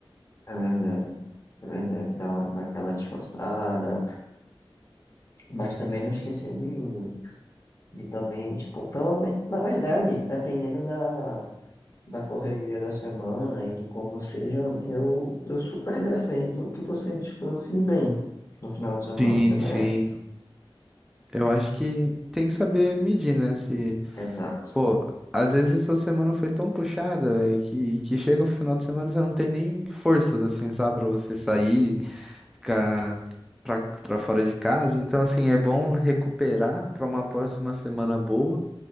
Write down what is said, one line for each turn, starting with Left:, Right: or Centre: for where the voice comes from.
Left: É verdade, é verdade, dá, uma- dá aquela descansada, mas também não esquecer de, de também, tipo, pela menos, na verdade, dependendo da, da correria da semana e de como seja, eu, eu super defendo que você descanse bem no final de semana,
Centre: Sim,
Left: você merece.
Centre: sim. Eu acho que tem que saber medir, né? Se
Left: Exato,
Centre: Pô, às vezes a sua semana foi tão puxada, velho, que, que chega o final de semana você não tem nem forças, assim, sabe, pra você sair, ficar pra, pra fora de casa. Então, assim, é bom recuperar pra uma próxima semana boa,